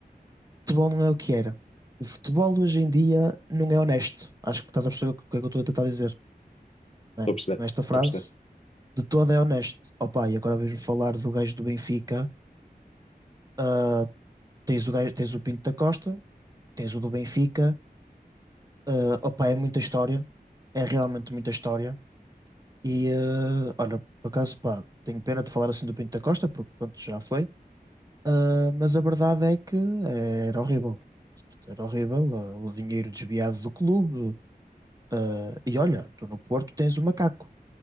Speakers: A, on the right; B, on the left.
A: futebol não é o que era. O futebol hoje em dia não é honesto. Acho que estás a perceber o que é que eu estou a tentar dizer, não
B: Estou
A: é?
B: a perceber,
A: Com esta frase,
B: estou a perceber.
A: de todo é honesto. Opa, e agora vejo falar do gajo do Benfica, ah, tens o gajo, tens o Pinto da Costa, tens o do Benfica, ah, opa, é muita história, é realmente muita história. E eh, olha, por acaso, pá, tenho pena de falar assim do Pinto da Costa, porque pronto, já foi. Ah, mas a verdade é que eh, era horrível. Era horrível, ah, o dinheiro desviado do clube. Ah, e olha, tu no Porto tens o macaco,